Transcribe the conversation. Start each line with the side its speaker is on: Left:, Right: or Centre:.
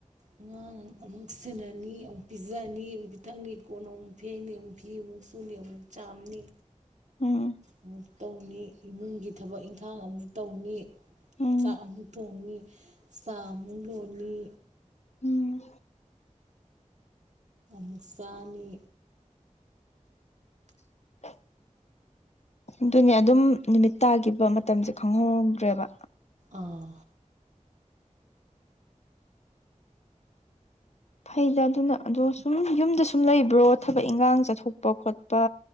Right: ꯑꯉꯥꯡ ꯑꯃꯨꯛ ꯁꯦꯟꯅꯅꯤ ꯑꯃꯨꯛ ꯄꯤꯖꯑꯅꯤ ꯑꯃꯨꯛ ꯄꯤꯊꯛꯅꯤ ꯀꯣꯟ ꯑꯃꯨꯛ ꯐꯦꯡꯅꯤ ꯑꯃꯨꯛ ꯐꯤ ꯑꯃꯨꯛ ꯃꯨꯁꯨꯨꯅꯤ ꯑꯃꯨꯛ ꯆꯥꯝꯅꯤ
Left: ꯎꯝ
Right: ꯑꯃꯨ ꯇꯧꯅꯤ ꯏꯃꯨꯡꯒꯤ ꯊꯕꯛ ꯏꯪꯈꯥꯡ ꯑꯃꯨꯛ ꯇꯧꯅꯤ
Left: ꯎꯝ
Right: ꯆꯥꯛ ꯑꯃꯨꯛ ꯊꯣꯡꯉꯤ ꯁꯥ ꯑꯃꯨꯛ ꯂꯣꯜꯂꯤ
Left: ꯎꯝ
Right: ꯅꯨꯁꯅꯤ
Left: <unintelligible> ꯑꯗꯨꯅꯦ ꯑꯗꯨꯝ ꯅꯨꯃꯤꯠ ꯇꯥꯒꯤꯈꯤꯕ ꯃꯇꯝꯁꯦ ꯈꯪꯍꯧꯔꯧꯗ꯭ꯔꯦꯕ
Right: ꯑꯥ
Left: ꯐꯩꯗ ꯑꯗꯨꯅ ꯑꯗꯣ ꯁꯨꯝ ꯌꯨꯝꯗ ꯁꯨꯝ ꯂꯩꯕ꯭ꯔꯣ ꯊꯕꯛ ꯏꯟꯈꯥꯡ ꯆꯠꯊꯣꯛꯄ ꯈꯣꯠꯄ